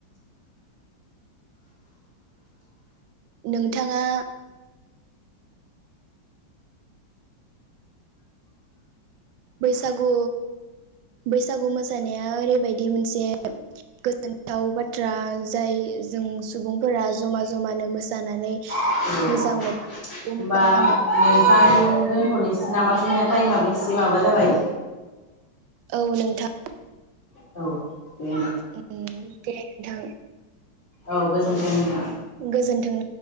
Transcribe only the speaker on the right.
नोंथाङा बैसागु बैसागु मोसानाया ओरैबायदि मोनसे गोजोनथाव बाथ्रा जाय जों सुबुंफोरा जमा जमानो मोसानानै
मोजां
मोनो
मोजां नाङो
औ नोंथां
उम दे नोंथां
गोजोन्थों।